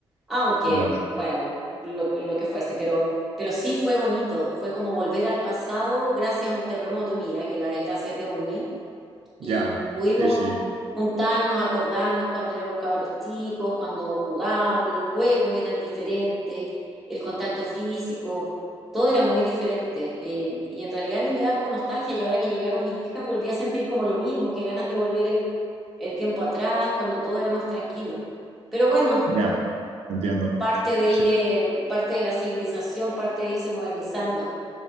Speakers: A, in the centre; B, on the right.
A: Aunque,
B: Bueno,
A: bueno, lo, lo que fuese, pero, pero sí fue bonito. Fue como volver al pasado gracias a un terremoto, mira, que la desgracia te une
B: ya.
A: y pudimos
B: Sí, sí,
A: juntarnos, acordarnos cuando éramos cabros chicos, cuando jugábamos, los juegos eran diferentes, el contacto físico, todo era muy diferente. eh, y en realidad a mí me da como nostalgia y ahora que llegaron mis hijas volví a sentir como lo mismo, que ganas de volver el, el tiempo atrás, cuando todo era más tranquilo. Pero bueno,
B: ya. Te entiendo.
A: parte de ir,
B: Sí.
A: eh, parte de la civilización, parte de irse modernizando.